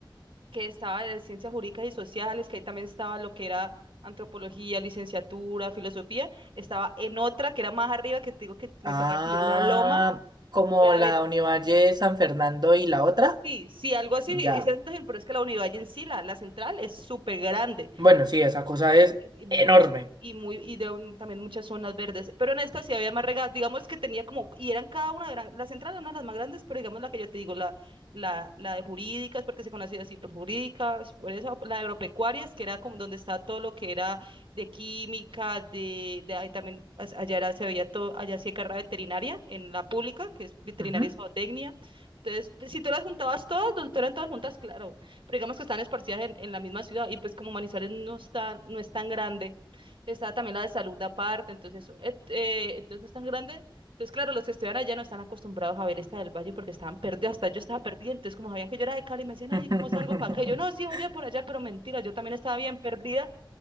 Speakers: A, on the right; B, on the right.
A: que estaba de ciencias jurídicas y sociales, que ahí también estaba lo que era antropología, licenciatura, filosofía, estaba en otra que era más arriba, que te digo que me
B: Ah,
A: tocaba subir una loma.
B: como
A: La
B: la
A: ve-
B: Univalle San Fernando y la otra.
A: Sí, sí, algo así.
B: Ya.
A: Y, y se siente pero es que la unidad en sí, la, la central, es súper grande.
B: Bueno, sí, esa cosa es
A: es inmenso
B: enorme.
A: y muy y de un- también muchas zonas verdes, pero en esta sí había más regadas, digamos que tenía como y eran cada una de la- las entradas una de las más grandes, pero digamos la que yo te digo la la la de jurídicas porque se conocía así por jurídicas, por eso la de agropecuarias que era como donde está todo lo que era de química, de de ahí también as- allá era, se veía todo, allá sí hay carrera veterinaria en la pública, que es veterinaria
B: Ujú.
A: y zootecnia. Entonces, pues, si tú las juntabas todas, donde tú eran todas juntas, claro, pero digamos que están esparcidas en, en la misma ciudad y pues como Manizales no está, no es tan grande, está también la de salud aparte, entonces eso, et- eh, entonces no es tan grande. Entonces, claro, los que estudian allá no están acostumbrados a ver esta del Valle porque estaban perdidos, hasta yo estaba perdida, entonces como sabían que yo era de Cali, me decían,
B: <laughs>
A: ay, ¿cómo salgo para acá? Y yo, no, sí, oye, por allá, pero mentira, yo también estaba bien perdida,